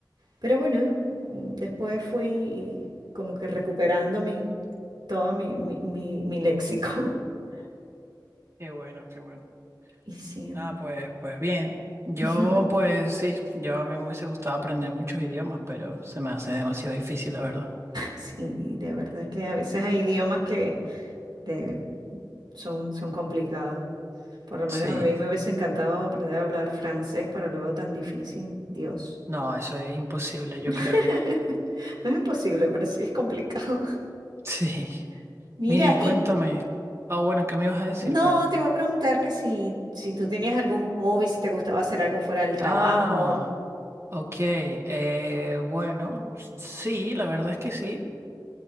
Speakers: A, on the right; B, on the right.
A: Pero bueno, después fui como que recuperando mi, todo mi, mi, mi, mi léxico. <laughs>
B: Qué bueno, qué bueno.
A: Y sí,
B: Ah, pues, pues bien. Yo,
A: <laughs>
B: pues sí, yo a mí me hubiese gustado aprender muchos idiomas, pero se me hace demasiado difícil, la verdad.
A: sí, de verdad que a veces hay idiomas que de- son, son complicados. Por lo menos
B: Sí,
A: a mí me hubiese encantado aprender a hablar francés, pero lo veo tan difícil. Dios.
B: no, eso es imposible, yo
A: <laughs>
B: creo.
A: No es imposible, pero sí es complicado.
B: Sí.
A: <laughs> Mira,
B: Mire, y cuéntame.
A: y
B: Ah, bueno, ¿qué me ibas a decir?
A: no,
B: Perdón.
A: te iba a preguntar que si, si tú tenías algún hobby, si te gustaba hacer algo fuera del trabajo.
B: Ah, ok. Eh, bueno, sí, la verdad es que sí.